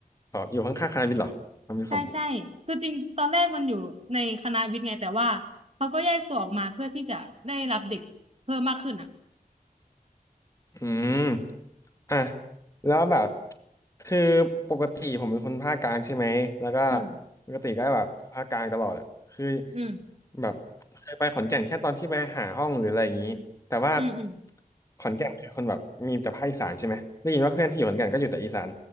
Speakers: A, on the left (about 20°); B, on the right (about 45°).
A: ขออยู่ข้างๆคณะวิทย์เหรอคอมวิทย์คอม
B: ใช่ใช่คือจริงตอนแรกมันอยู่ในคณะวิทย์ไงแต่ว่าเขาก็แยกตัวออกมาเพื่อที่จะได้รับเด็กเพิ่มมากขึ้นอ่ะ
A: อืม อ่ะแล้วแบบคือปกติผมเป็นคนภาคกลางใช่ไหมแล้วก็
B: อืม
A: ปกติก็แบบภาคกลางตลอดอ่ะคือ
B: อืม
A: แบบเคยไปขอนแก่นแค่ตอนที่ไปหาห้องหรืออะไรอย่างนี้แต่ว่า
B: อืมอืม
A: ขอนแก่นคือคนแบบมีแต่ภาคอีสานใช่ไหมได้ยินว่าเพื่อนที่อยู่ขอนแก่นก็อยู่แต่อีสาน